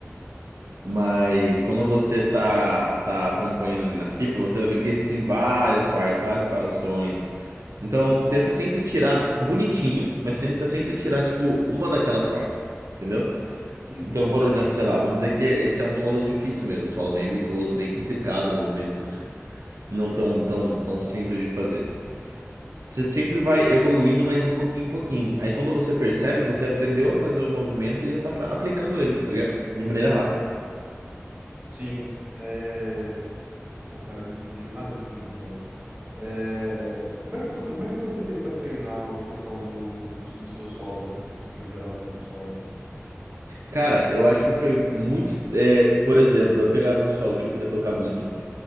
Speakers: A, on the right; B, on the right.
A: Mas quando você tá, tá acompanhando ali na cifra, você vai ver que existem várias partes, várias separações. Então, tenta sempre tirar bonitinho, mas tenta sempre tirar, tipo, uma daquelas partes, entendeu?
B: uhum.
A: Então, por exemplo, sei lá, vamos dizer que esse é um solo difícil mesmo, um solo bem virtuoso, bem complicado, movimentos não tão, tão, tão simples de fazer. Você sempre vai evoluindo, mas de pouquinho em pouquinho. Aí, quando você percebe, você aprendeu a fazer o movimento e já tá pra- aplicando ele, tá ligado? De maneira rápida.
B: Sim. É... Pô, cara, me fugiu. Ah, né, sim, lembrei. É, Como é que, vo- como é que você fez pra treinar a questão do, do, do seu solo, pra você conseguir melhorar no, no solo?
A: Cara, eu acho que foi muito. é, por exemplo, eu pegava um solo que eu queria tocar muito